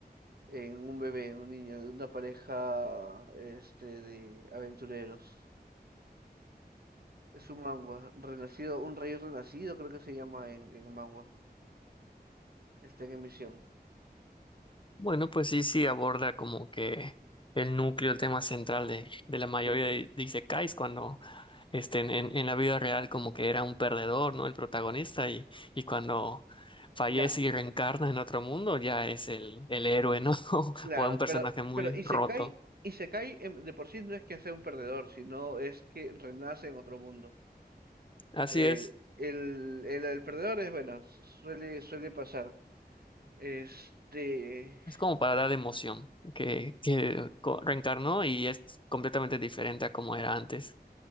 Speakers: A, on the right; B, on the left.
A: en un bebé, en un niño, de una pareja este, de aventureros. Es un mangua, renacido, un rey renacido creo que se llama en, en mangua. Está en emisión.
B: Bueno, pues sí, sí aborda como que el núcleo, el tema central de, de la mayoría
A: Sí,
B: de, de isekais cuando este, en, en- en la vida real como que era un perdedor, ¿no? El protagonista y, y cuando fallece
A: ya,
B: y reencarna en otro mundo ya es el, el héroe, ¿no? <laughs>
A: claro,
B: O un personaje
A: pero,
B: muy
A: pero Isekai,
B: roto.
A: Isekai em, de por sí no es que sea un perdedor, sino es que renace en otro mundo.
B: Así
A: Eh,
B: es,
A: el, el, el perdedor es, bueno, suele, suele pasar. Este,
B: es como para dar emoción, que, que co- reencarnó y es completamente diferente a como era antes.